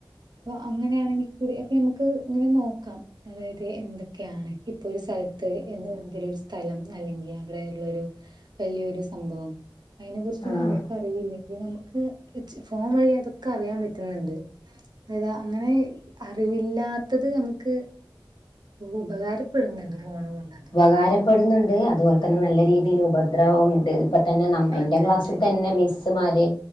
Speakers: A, on the right; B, on the left.
A: അപ്പോ അങ്ങനെ യാണെങ്കിൽ കൂടി അപ്പൊ ഞമ്മക്ക് ഇങ്ങനെ നോക്കാം അതായത് എന്തൊക്കെയാണ് ഇപ്പൊ ഒരു സ്ഥലത്ത് എന്ന് എന്തിലും ഒരു സ്ഥലം അല്ലെങ്കിൽ അവിടെ ഉള്ളൊരു വലിയൊരു സംഭവം അതിനെ കുറിച്ചൊന്നും
B: ആഹ്
A: നമ്മക്ക് അറിവില്ല. നമുക്ക് ച്ച് ഫോൺ വഴി അതൊക്കെ അറിയാൻ പറ്റുന്നുണ്ട് അതാ അങ്ങനെ അറിവില്ലാത്തത് നമു ക്ക് ഉപകാരപ്പെടുന്നുണ്ട് ഫോണ് കൊണ്ട് അതുകൊണ്ട്
B: ഉപകാരപ്പെടുന്നുണ്ട് അതുപോലെ തന്നെ നല്ല രീതിയിൽ ഉപദ്രവം ഉണ്ട് ഇപ്പം തന്നെ നമ്മ എൻ്റെ
A: അതെ
B: ക്ലാസ്സിൽ
A: അതെ
B: തന്നെ മിസ് മിസ്സ്മാരെ